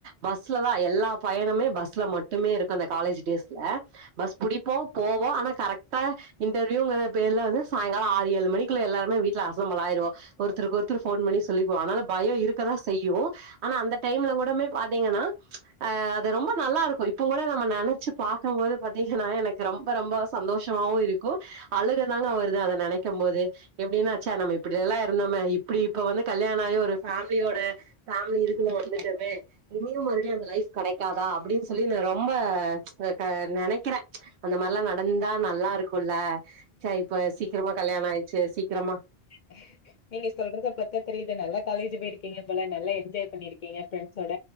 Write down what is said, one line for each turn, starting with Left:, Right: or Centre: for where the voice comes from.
Right: பஸ்லதா எல்லா பயணமே பஸ்ல மட்டுமே இருக்கு அந்த காலேஜ் டேஸ்ல பஸ் புடிப்போ போவோ ஆனா கரெக்டா இன்டர்வியூங்கிற பேருல வந்து சாயங்கால ஆறு ஏழு மணக்குல எல்லாருமே வீட்ல அசம்பல் ஆயிருவோ ஒருத்தருக்கு ஒருத்தர் ஃபோன் பண்ணி சொல்லிக்குவோ ஆனால பயொ இருக்கதா செய்யு ஆனா அந்த டைம்ல கூடமே பாத்தீங்கன்னா ஆ அது ரொம்ப நல்லா இருக்கு இப்ப கூட நம்ம நெனச்சு பாக்கம்போது பாத்தீங்கன்னா எனக் கு ரொம்ப ரொம்ப சந்தோஷமாவு இருக்கு அழக தாங்க வருது அத நெனைக்கும் போது எப்டின்னா ச நம்ம இப்டியெல்லா இருந்தோமே இப்டி இப்ப வந்து கல்யாண ஆயி ஒரு ஃபேமிலியோட ஃபேமிலி இருக்குதா வந்துட்டமே இனியு மாருபடியு அந்த லைஃப் கெடைக்காதா அப்டின்னு சொல்லி நா ரொம்ப அ க நெனைக்கிறே அந்த மாரிலா நடந்தா நல்லா இருக்குல்ல ச இப்ப சீக்கிரமா கல்யாண ஆயிச்சு சீக்கிரமா
Left: ஆ நீங்க சொல்றத பத்தா தெரியுது நல்ல காலேஜ் போயிருக்கீங்க போல நல்லா என்ஜாய் பண்ணிருக்கீங்க ஃப்ரெண்ட்ஸோட